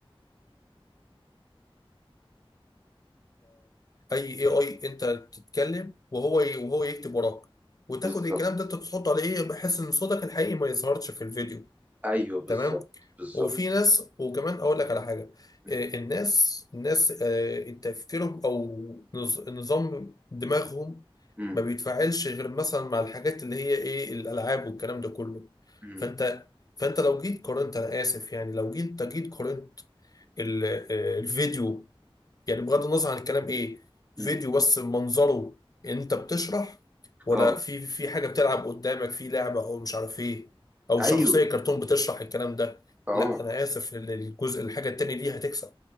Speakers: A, on the left; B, on the right.
A: اي AI انت تتكلم وهو ي- وهو يكتب وراك وتاخد
B: بالظبط
A: الكلام ده انت تحطه على ايه بحيث ان صوتك الحقيقي ما يظهرش في الفيديو
B: ايوه بالظبط
A: تمام
B: بالظبط
A: وفي ناس وكمان اقول لك على حاجه
B: مم.
A: آه، الناس الناس آه، تفكيرهم او نظ- نظام دماغهم
B: مم.
A: ما بيتفاعلش غير مثلا مع الحاجات اللي هي ايه الالعاب والكلام ده كله
B: مم.
A: فانت فانت لو جيت قارنت انا اسف يعني لو جيت جيت قارنت ال- آه، الفيديو يعني بغض النظر عن الكلام ايه
B: مم.
A: فيديو بس منظره انت بتشرح ولا
B: اه
A: في في حاجه بتلعب قدامك في لعبه او مش عارف ايه او
B: ايوه
A: شخصيه كرتون بتشرح الكلام ده
B: اه
A: لا انا اسف ال- الجزء الحاجه التانيه دي هتكسب